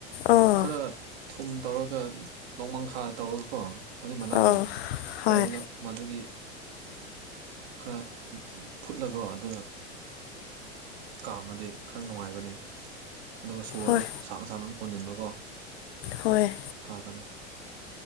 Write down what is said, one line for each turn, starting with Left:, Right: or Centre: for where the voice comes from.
Left: ꯑꯥ
Right: ꯈꯔ ꯊꯨꯝ ꯇꯧꯔꯒ ꯅꯣꯡꯃꯪꯈꯥ ꯇꯧꯔꯒꯀꯣ꯫ ꯑꯣꯂꯤꯞ ꯃꯅꯥꯗꯣ
Left: ꯑꯥ ꯍꯣꯏ
Right: ꯇꯧꯔꯒ꯫ ꯃꯗꯨꯒꯤ ꯈꯔ ꯐꯨꯠꯂꯒꯣ ꯑꯗꯨꯅ꯫ ꯀꯥꯝꯃꯗꯤ ꯈꯔ ꯅꯨꯡꯉꯥꯏꯕꯅꯦ ꯑꯗꯨꯒ ꯁꯣꯔꯗꯣ
Left: ꯍꯣꯏ
Right: ꯁꯥꯡꯅ ꯁꯥꯡꯅ ꯑꯃ ꯍꯣꯟꯖꯤꯟꯕꯀꯣ꯫
Left: ꯍꯣꯏ꯫
Right: ꯐꯥꯕꯅꯦ꯫